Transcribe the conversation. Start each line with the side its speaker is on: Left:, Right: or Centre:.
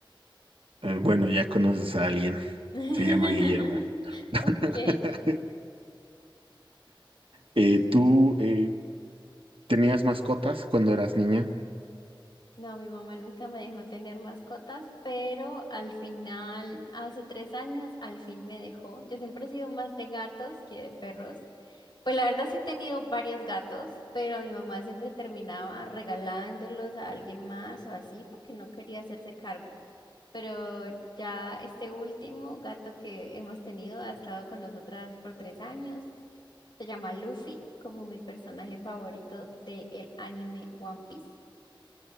Right: Eh, bueno, ya conoces a alguien,
Left: <laughs>
Right: se llama Guillermo. <laughs>
Left: Ok.
Right: Eh, ¿tú eh, tenías mascotas cuando eras niña?
Left: No, mi mamá nunca me dejó tener mascotas, pero al final, hace tres años, al fin me dejó. Yo siempre he sido más de gatos que de perros. Pues la verdad sí he tenido varios gatos, pero mi mamá siempre terminaba regalándolos a alguien más o así porque no quería hacerse cargo. pero ya este último gato que hemos tenido ha estado con nosotras por tres años. Se llama Luffy, como mi personaje favorito del anime One Piece.